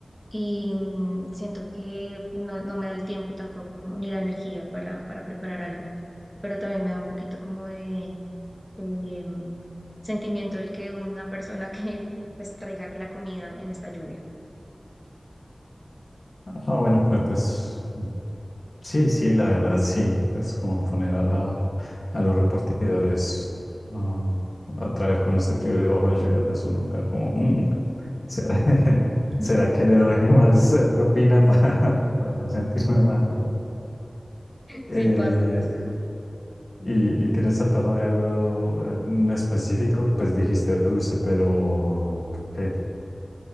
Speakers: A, in the centre; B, on the left (about 55°).
A: y mm, siento que no, no me da el tiempo tampoco como ni la energía para, para preparar algo. pero también me da un poquito como de, eh, sentimiento el que una persona <laughs> que pues traiga la comida en esta lluvia.
B: Ah, bueno, pues pues, Sí, sí, la verdad, sí. Es como poner a la, a los repartidores ah, a traer con este frío y bajo la lluvia, pues uno cae como, "Mm, ¿será, <laughs>
A: <laughs>
B: será que le doy más eh, propina para, <laughs> para no sentirme malo? Eh,
A: Sí, pasa, pasa.
B: y, y tienes antojo de algo en específico, pues dijiste dulce, pero ¿qué?